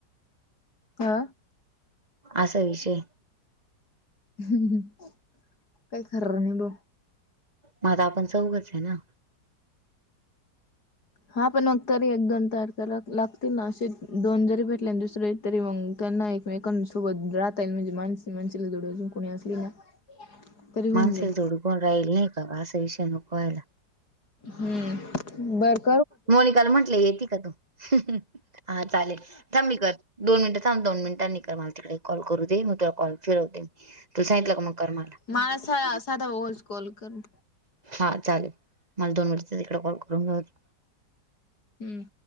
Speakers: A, on the left; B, on the right.
A: हा
B: असा विषय
A: काय खर नाही भाऊ
B: म आता आपण चौघच ये ना?
A: हा. पण नन्तर एक दोन तयार कराव तर लागतील ना? असे दोन जरी भेटले ना दुसरे - तरी मग त्यांना एकमेकांसोबत राहता येईल. म्हणजे माणस माणसाला जोडी अजून कोणी असली ना- तरी होऊन
B: माणसाला
A: जाईल.
B: जोडी पण राहील नाही का? बा असा विषय नको व्हायला.
A: हम्म. बघ.
B: मोनिकाला म्हंटले येती का तू? हा चालेल. थांब मी कर - दोन मिनिटं थांब. दोन मिनिटांनी कर मला. तिकडे कॉल करू दे म तुला कॉल फिरवते. तू सांगितलं का मग कर मला.
A: माह साया साधा व्हॉइस कॉल कर ना.
B: हा चालेल. मला दोन मिनट तिककडे कॉल करून घेऊ दे.
A: हम्म.